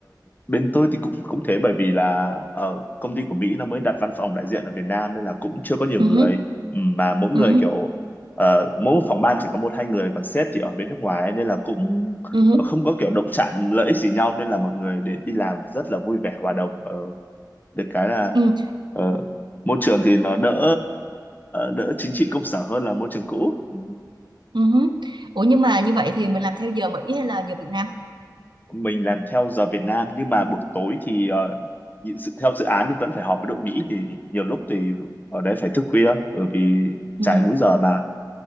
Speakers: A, on the left; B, on the right.
A: bên tôi thì cũng cũng thế bởi vì là ờ, công ty của Mỹ nó mới đặt văn phòng đại diện ở Việt Nam nên là cũng chưa có nhiều
B: ừ
A: người
B: hứ,
A: Ừ, mà mỗi người
B: ừ hứ,
A: kiểu ờ, mỗi phòng ban chỉ có một hai người còn sếp thì ở bên nước ngoài ấy, nên là cũng
B: ừ hứ,
A: ờ, không có kiểu động chạm lợi ích gì nhau nên là mọi người để đi làm rất là vui vẻ hòa đồng Ờ, được cái là
B: ừ,
A: ờ, môi trường thì nó đỡ đỡ chính trị công sở hơn là môi trường cũ Ừ.
B: ừ hứ. ủa nhưng mà như vậy thì mình làm theo giờ Mỹ hay là giờ Việt Nam
A: mình làm theo giờ Việt Nam nhưng mà buổi tối thì ờ, dự- theo dự án thì vẫn phải họp với đội Mỹ thì nhiều lúc thì ở đấy phải thức khuya bởi vì
B: ừ
A: trái múi giờ mà